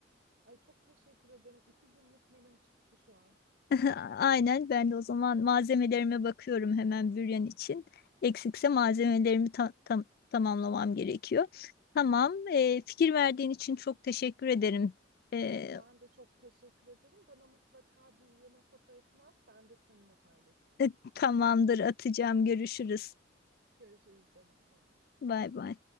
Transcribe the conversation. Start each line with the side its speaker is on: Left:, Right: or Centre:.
Right: Ay çok teşekkür ederim. İki günlük menüm çıktı şu an.
Left: <laughs> Aynen ben de o zaman malzemelerime bakıyorum hemen büryan için. Eksikse malzemelerimi ta- tam- tamamlamam gerekiyor. Tamam, e, fikir verdiğin için çok teşekkür ederim. E,
Right: Ben de çok teşekkür ederim. Bana mutlaka Büryan'ın fotoğrafını at. Ben de seninle paylaşacağım.
Left: <laughs> tamamdır, atacağım. Görüşürüz.
Right: Görüşürüz canım. Bay bay.
Left: Bay bay.